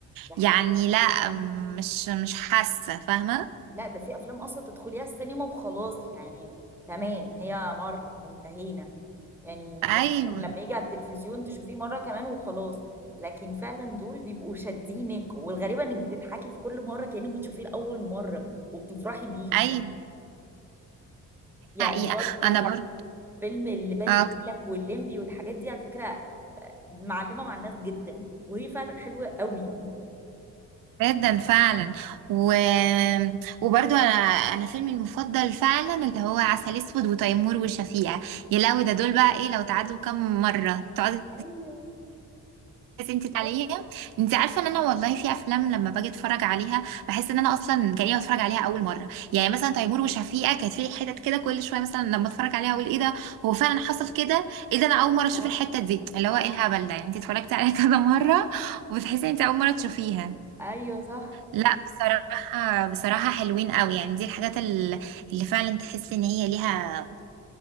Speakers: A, in the centre; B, on the right (about 60°).
A: ده حقيقي
B: يعني لا م- مش مش حاسة فاهمة
A: لا ده في افلام اصلا تدخليها السينما وخلاص يعني تمام هي مره وانتهينا يعني
B: ايوه
A: ممكن لما يجي على التلفزيون تشوفيه مره كمان وخلاص لكن فعلا دول بيبقوا شادينك والغريبه انك بتضحكي في كل مره كانك بتشوفيه لاول مره وبتفرحي بيه
B: ايوه
A: يعني
B: حقيقة
A: برضو
B: انا برضه
A: فيلم اللي بالي
B: اه
A: بالك والليمبي والحاجات دي على فكرة معلمة مع الناس جدا وهي فعلا حلوة قوي
B: جدا فعلا و... وبرضو انا انا فيلمي المفضل فعلا اللي هو عسل اسود وتيمور وشفيقة يا لهوي ده دول بقى ايه لو تعادوا كم مرة تقعدي
A: ايوه
B: بس انت تعالي انت عارفه ان انا والله في افلام لما باجي اتفرج عليها بحس ان انا اصلا كاني بتفرج عليها اول مره يعني مثلا تيمور وشفيقه كانت في حتت كده كل شويه مثلا لما اتفرج عليها اقول ايه ده هو فعلا حصل كده ايه ده انا اول مره اشوف
A: صح
B: الحته دي اللي هو ايه الهبل ده يعني انت اتفرجتي عليها <laughs> كذا مره وبتحسي ان انت اول مره تشوفيها
A: ايوه صح
B: لا بصراحه بصراحه حلوين قوي يعني دي الحاجات ال- اللي فعلا تحسي ان هي ليها